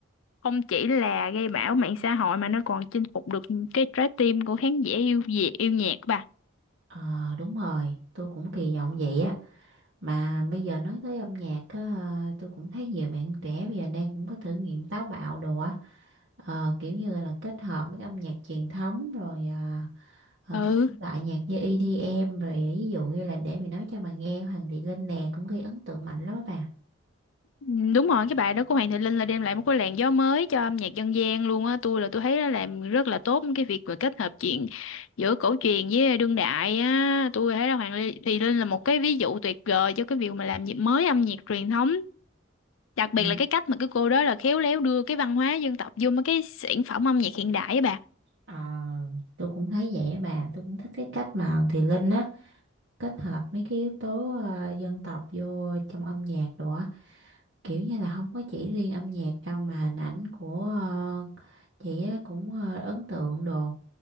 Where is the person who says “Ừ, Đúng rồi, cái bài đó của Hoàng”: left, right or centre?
Left